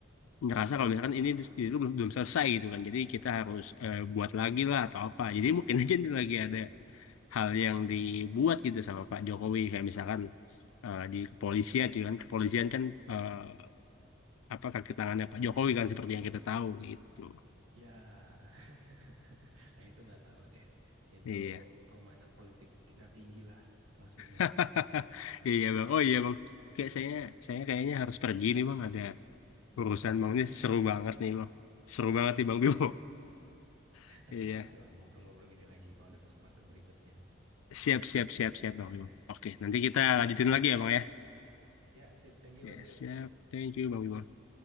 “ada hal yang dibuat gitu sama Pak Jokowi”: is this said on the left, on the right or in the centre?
Left